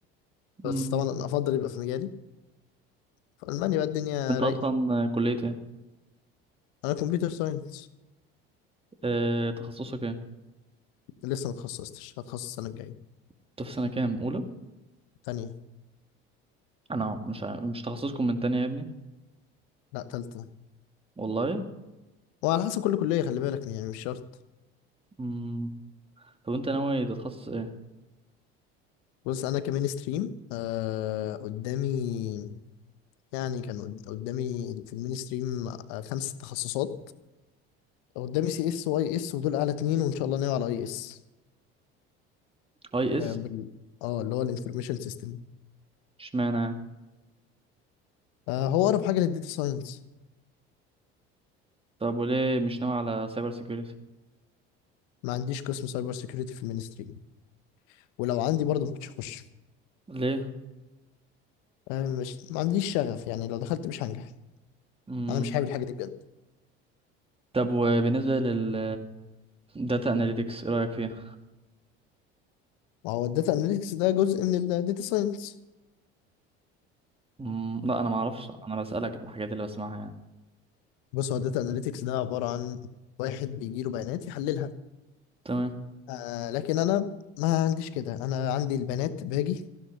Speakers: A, on the right (about 20°); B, on the left (about 75°).
A: امم
B: بس طبعا أنا افضل يبقى في مجالي في المانيا بقى الدنيا
A: انت
B: رايقه
A: اصلا كليه ايه
B: انا كمبيوتر ساينس
A: اه تخصصك ايه
B: لسه ما اتخصصتش هتخصص السنه الجايه
A: انت في سنه كام اولى
B: تانية
A: انا مش عارف. مش تخصصكم من تانية يا ابني
B: لا تالتة
A: والله
B: وعلى حسب كل كليه خلي بالك يعني مش شرط
A: امم طب انت ناوي تتخصص ايه
B: بص انا كمين ستريم آه قدامي يعني كان قد- قدامي في المين ستريم آه خمس تخصصات قدامي سي اس واي اس ودول اعلى اتنين وان شاء الله ناوي على اي اس
A: اي اس
B: اه بال- آه، اللي هو الانفورميشن سيستم
A: اشمعنى
B: آه هو اقرب حاجه للديتا ساينس
A: طب وليه مش ناوي على سايبر سيكيورتي
B: ما عنديش قسم سايبر سيكيورتي في المينستري ولو عندي برضه ما كنتش هخش
A: ليه
B: أه، مش ما عنديش شغف يعني لو دخلت مش هنجح
A: امم
B: انا مش حابب الحاجه دي بجد
A: طب وبالنسبه لل داتا اناليتكس ايه رايك فيها
B: ما هو الداتا اناليتكس ده جزء من الداتا ساينس
A: امم لا انا ما اعرفش انا بسالك على الحاجات اللي بسمعها يعني
B: بص هو الداتا اناليتكس ده عباره عن واحد بيجي له بيانات يحللها
A: تمام
B: آه لكن انا ما عنديش كده انا عندي البيانات باجي